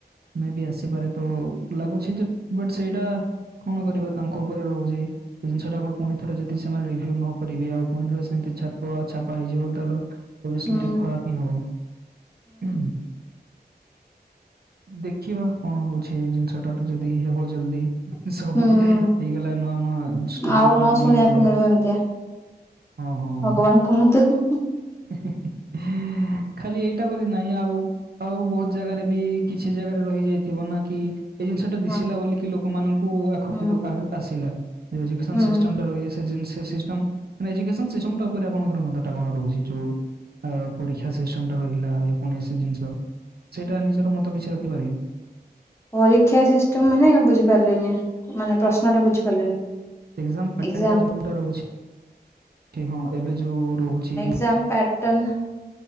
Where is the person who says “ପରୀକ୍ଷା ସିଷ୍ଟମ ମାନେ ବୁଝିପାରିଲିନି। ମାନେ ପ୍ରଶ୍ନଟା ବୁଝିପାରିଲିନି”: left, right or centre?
Left